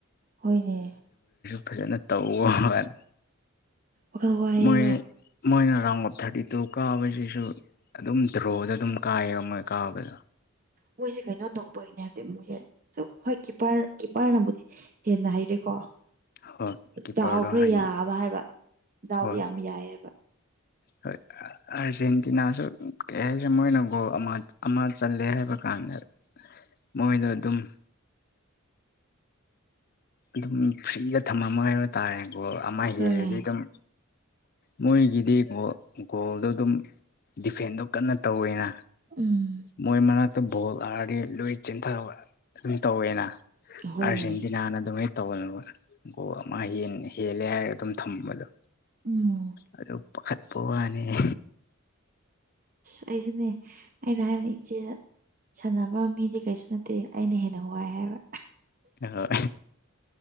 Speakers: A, on the right; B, on the left.
A: ꯍꯣꯏꯅꯦ
B: ꯐꯖꯅ ꯇꯧ ꯋꯥꯅꯤ
A: ꯎꯍ ꯋꯥꯦ
B: ꯃꯣꯏ ꯃꯣꯏꯅ ꯔꯥꯎꯟ ꯑꯣꯞ ꯊꯥꯔꯇꯤ ꯇꯨ ꯀꯥꯕꯁꯤꯁꯨ ꯑꯗꯨꯝ ꯗ꯭ꯔꯣꯗ ꯑꯗꯨꯝ ꯀꯥꯏꯌꯦꯕ ꯃꯣꯏ ꯀꯥꯕꯗꯣ
A: ꯃꯣꯏꯁꯦ ꯀꯩꯅꯣ ꯇꯧꯕꯒꯤꯅꯦ ꯍꯥꯏꯕꯗꯤ ꯃꯣꯏꯁꯦ ꯁꯨꯝ ꯍꯣꯏ ꯀꯤꯞꯄꯔ ꯀꯤꯞꯄꯔꯅꯕꯨꯗꯤ ꯍꯦꯟꯅ ꯍꯥꯏꯔꯦ ꯀꯣ
B: ꯍꯣꯏ ꯀꯤꯞꯄꯔꯗꯣ
A: ꯗꯥꯎ ꯈꯔ
B: ꯍꯩ
A: ꯌꯥꯕ ꯍꯥꯏꯕ ꯗꯥꯎꯗꯤ
B: ꯍꯣꯏ
A: ꯌꯥꯝ ꯌꯥꯏꯑꯕ
B: ꯍꯣꯏ ꯑꯥꯔꯖꯦꯟꯇꯤꯅꯥꯁꯨ ꯀꯩ ꯍꯥꯏꯔꯦ ꯃꯣꯏꯅ ꯒꯣꯜ ꯑꯃ ꯑꯃ ꯆꯠꯂꯦ ꯍꯥꯏꯕ ꯀꯥꯟꯗ ꯃꯣꯏꯗ ꯑꯗꯨ ꯑꯗꯨꯝ ꯑꯗꯨꯝ ꯐ꯭ꯔꯤꯗ ꯊꯝꯃꯝꯃ ꯍꯥꯏꯕ ꯇꯥꯔꯦꯀꯣ ꯑꯃ ꯍꯦꯜꯂꯗꯤ
A: ꯍꯣꯏ
B: ꯑꯗꯨꯝ ꯃꯣꯏꯒꯤꯗꯤ ꯒꯣꯜꯗꯣ ꯑꯗꯨꯝ ꯗꯤꯐꯦꯟꯗꯣ ꯀꯟꯅ ꯇꯧꯋꯦꯅ
A: ꯎꯝ
B: ꯃꯣꯏ ꯃꯔꯅꯥꯛꯇ ꯚꯣꯜ ꯑꯥꯔꯗꯤ ꯂꯣꯏ ꯆꯤꯟꯊꯕ ꯑꯗꯨꯝ ꯇꯧꯋꯦꯅ
A: ꯍꯣꯏꯅꯦ
B: ꯑꯔꯖꯦꯟꯇꯤꯅꯥ ꯑꯅ ꯑꯗꯨ ꯃ ꯇꯧꯅ ꯀꯣ ꯑꯃ ꯍꯦꯜꯂꯦ ꯍꯥꯏꯔꯒ ꯑꯗꯨꯝ ꯊꯝꯕꯗꯣ
A: ꯎꯝ
B: ꯑꯗꯨ ꯄꯈꯄꯒꯅꯦꯦ
A: ꯑ ꯑꯩꯁꯤꯅꯦ ꯑꯩꯅ ꯍꯥꯏꯅ ꯏꯆꯦꯗ ꯁꯥꯟꯅꯕ ꯃꯤꯗꯤ ꯀꯩꯁꯨ ꯅꯠꯇꯦ ꯑꯩꯅ ꯍꯦꯟꯅ ꯋꯥꯏ ꯍꯥꯏꯕ
B: ꯍꯣꯏ